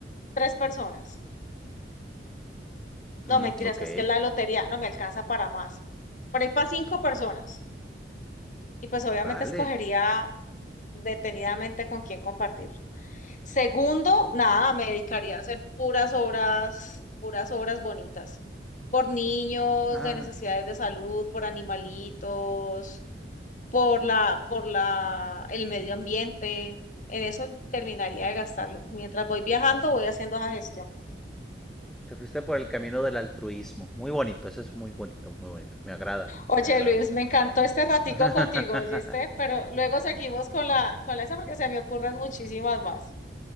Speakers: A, on the left (about 45°); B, in the centre.
A: tres personas. No,
B: Mm,
A: mentiras,
B: ok,
A: pues que la lotería no me alcanza para más. Por ahí para cinco personas. Y pues obviamente
B: vale.
A: escogería detenidamente con quién compartir. Segundo, nada, me dedicaría a hacer puras obras, puras obras bonitas. Por niños
B: Ah,
A: de necesidades de salud, por animalitos, por la, por la, el medio ambiente. En eso terminaría de gastarlo. Mientras voy viajando, voy haciendo esa gestión.
B: Te fuiste por el camino del altruismo. Muy bonito, eso es muy bonito, muy bonito. Me agrada,
A: Oye,
B: me agrada.
A: Luis, me encantó este ratico
B: <laughs>
A: contigo, ¿oíste? Pero luego seguimos con la, con la esa porque se me ocurren muchísimas más.